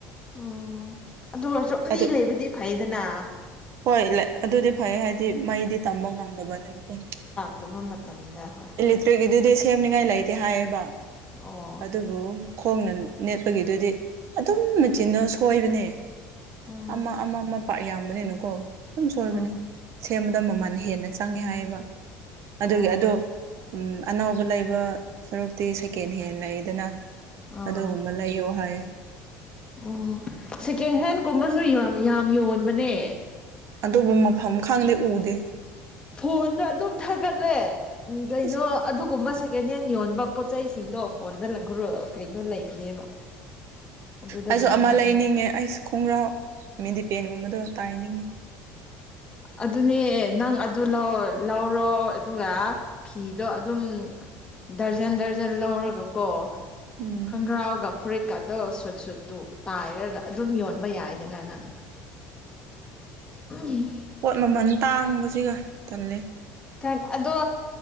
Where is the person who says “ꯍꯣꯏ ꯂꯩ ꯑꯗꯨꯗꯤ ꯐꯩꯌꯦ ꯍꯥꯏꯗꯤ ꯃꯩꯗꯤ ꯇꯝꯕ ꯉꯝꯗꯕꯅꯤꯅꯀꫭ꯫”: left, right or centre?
Right